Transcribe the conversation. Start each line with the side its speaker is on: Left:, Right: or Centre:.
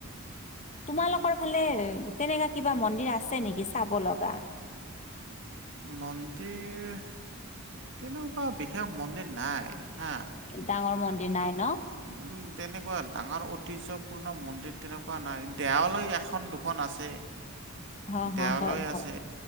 Left: তোমালোকৰ ফালে তেনেকা কিবা মন্দিৰ আছে নেকি চাব লগা?
Right: মন্দিৰ তেনেকুৱা বিশেষ মন্দিৰ নাই হা।
Left: কি ডাঙৰ মন্দিৰ নাই ন?
Right: উম, তেনেকুৱা ডাঙৰ ঐতিহ্যপূৰ্ণ মন্দিৰ তেনেকুৱা নাই, দেৱালয় এখন দুখন আছে।
Left: <inaudible>
Right: দেৱালয়
Left: হয় হয়
Right: আছে